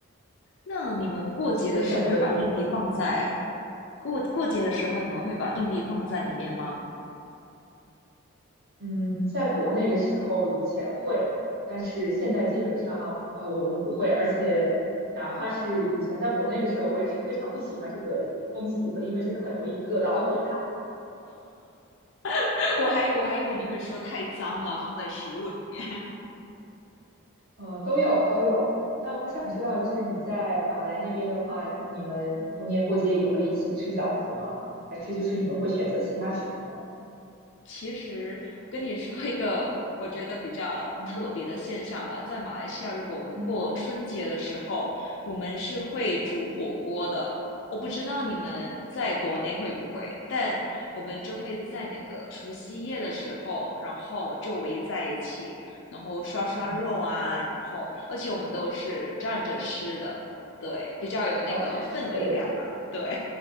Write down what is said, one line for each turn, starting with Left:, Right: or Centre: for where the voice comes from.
Left: 那你们过节的时候会把硬币放在
Right: 其实选择挺多。
Left: 过过节的时候，你们会把硬币放在里面吗？
Right: 嗯，在国内的时候以前会，但是现在基本上呃我们不会，而且哪怕是以前在国内的时候，我也是非常不喜欢这个风俗的，因为真的很容易硌到牙。
Left: <laughs> 我还我还以为你会说太脏了，放在食物里面。
Right: 嗯，都有都有。那我想知道，就是你在马来那边的话，你们逢年过节也会一起吃饺子吗？还是就是你们会选择其他食物呢？
Left: 其实跟你说一个我觉得比较特别的现象吧，
Right: 嗯
Left: 在马来西亚，如果我们过春节的时候，
Right: 嗯
Left: 我们是会煮火锅的。我不知道你们在国内会不会，但我们就会在那个除夕夜的时候，然后就围在一起，然后刷刷肉啊，
Right: 嗯，
Left: 然后而且我们都是站着吃的，对，比较有那个氛围感嘛，
Right: 好，<laughs> 对，
Left: 对，